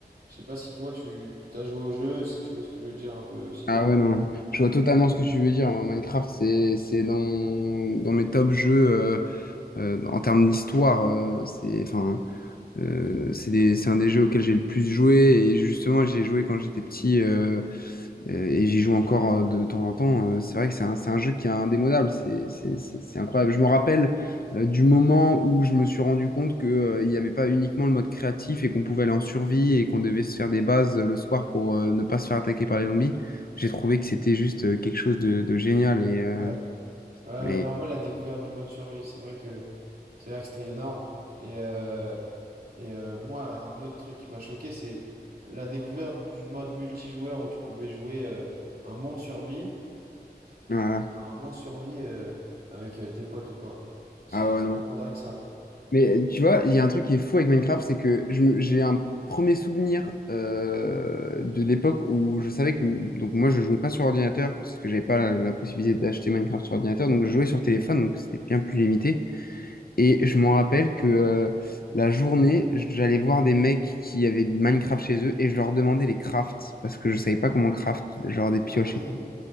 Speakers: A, on the right; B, on the left.
A: Je sais pas si toi, tu tu t'as joué au jeu, si tu vois ce que je veux dire un peu aussi.
B: Ah ouais, non. Je vois totalement ce que tu veux dire. Moi, Minecraft, c'est, c'est dans, mon- dans mes top jeux euh, euh, en termes d'histoire. euh, c'est, enfin, euh, c'est des- c'est un des jeux auxquels j'ai le plus joué. Et justement, j'ai joué quand j'étais petit. euh, Euh, et j'y joue encore euh, de temps en temps. Euh, c'est vrai que c'est un, c'est un jeu qui est indémodable. C'est c'est- c'est- c'est incroyable. Je me rappelle euh, du moment où je me suis rendu compte que, euh, il n'y avait pas uniquement le mode créatif et qu'on pouvait aller en survie et qu'on devait se faire des bases euh, le soir pour euh, ne pas se faire attaquer par les zombies. J'ai trouvé que c'était juste euh, quelque chose de, de génial. Et, euh,
A: Ouais. Ouais,
B: et
A: je me rappelle la découverte du mode survie. C'est vrai que. C'est vrai que c'était énorme. Et, euh, et euh, moi, un autre truc qui m'a choqué, c'est la découverte du mode multijoueur où tu pouvais jouer euh, un monde survie,
B: voilà.
A: un monde survie euh, avec euh, tes potes ou quoi. C'était
B: Ah ouais, non,
A: tellement dingue ça.
B: Mais tu vois, il y a un truc qui est fou avec Minecraft, c'est que je me- j'ai un premier souvenir euh, de l'époque où je savais que... Donc moi, je jouais pas sur ordinateur, parce que j'avais pas la, la possibilité d'acheter Minecraft sur ordinateur, donc je jouais sur téléphone, donc c'était bien plus limité. Et je m'en rappelle que euh, la journée, j'allais voir des mecs qui avaient de Minecraft chez eux, et je leur demandais les crafts, parce que je savais pas comment craft, genre des pioches
A: Ah ouais,
B: et tout.